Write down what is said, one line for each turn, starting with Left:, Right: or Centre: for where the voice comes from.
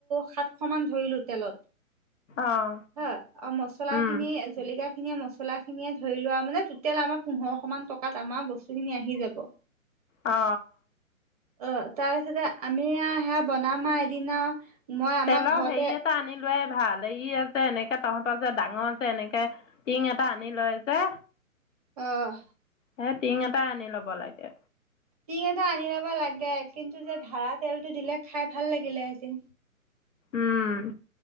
Right: সাতশ মান ধৰিলো তেলত
Left: অঁ
Right: হ আৰু মচলাখিনি
Left: উম
Right: আজ জলকীয়াখিনিয়ে, মচলাখিনিয়ে ধৰি লোৱা মানে টোটেল আমাৰ পোন্ধৰশ মান টকাত আমাৰ বস তোখিনি আহি যাব।
Left: অঁ।
Right: অ তাৰপিছতে আমি আ সেয়া বনাম আৰু এদিনা মই আমাৰ
Left: তেলৰ
Right: ঘৰতে
Left: হেৰি এটা আনি লোৱাই ভাল এই যে এনেকে তহঁতৰ যে ডাঙৰ যে এনেকে টিঙ এটা আনি লয় যে
Right: অঁ।
Left: হে টিং এটাই আনি ল'ব লাগে।
Right: টিং এটা আনি ল'ব লাগে কিন্তু যে ধাৰ়া তেলটো দিলে খাই ভাল লাগিলেহেঁতেন।
Left: উম।